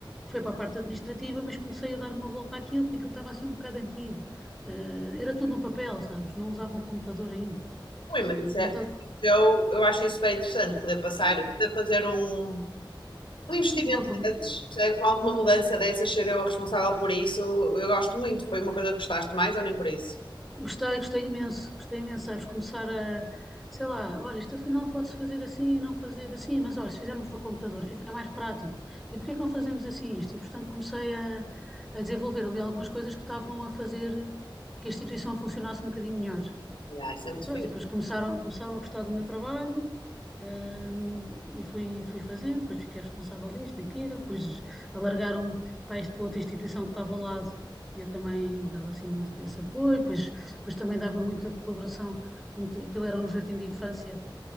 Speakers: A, in the centre; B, on the left.
A: Foi para a parte administrativa, mas comecei a dar uma volta àquilo, porque aquilo estava assim um bocado antigo. Eh, era tudo no papel, sabes? Não usavam computador ainda.
B: Ui, mas isso
A: Então,
B: é. Eu, eu acho isso super interessante, poder passar,
A: eh,
B: poder fazer um, um investimento
A: não há problema.
B: desses, percebes? Uma, uma mudança dessas, ser eu a responsável por isso, eu gosto muito. Foi uma coisa que gostaste mais ou nem por isso?
A: Gostei, gostei imenso, gostei imenso, sabes, começar a, sei lá, olha, isto afinal pode-se fazer assim e não fazer assim, mas olha, se fizermos no computador fica mais prático. E porquê é que não fazemos assim isto? E portanto comecei a, a desenvolver ali algumas coisas que estavam a fazer que a instituição funcionasse um bocadinho melhor.
B: Ah, isso é muito
A: E pronto,
B: fixe.
A: e depois começaram, começaram a gostar do meu trabalho, hum, e fui, fui fazendo, depois fiquei responsável disto, daquilo, depois alargaram-me para este- para outra instituição que estava ao lado, e eu também dava assim esse esse apoio, depois, depois também dava muita colaboração, muito, aquilo era um jardim de infância,